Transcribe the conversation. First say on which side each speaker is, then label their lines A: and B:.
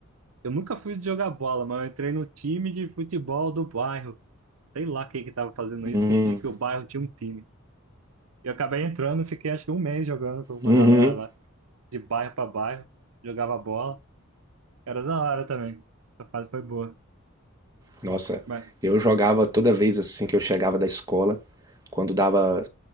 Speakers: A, on the right; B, on the right.
A: Eu nunca fui jogar bola, mas eu entrei no time de futebol do bairro. Sei lá quem que tava fazendo
B: Uhum.
A: isso, que, tinha- que o bairro tinha um time. E eu acabei entrando, fiquei acho que um mês jogando com uma
B: Uhum.
A: galera lá, de bairro pra bairro, jogava bola. Era da hora também. Essa fase foi boa.
B: Nossa,
A: Mas,
B: eu jogava toda vez assim que eu chegava da escola, quando dava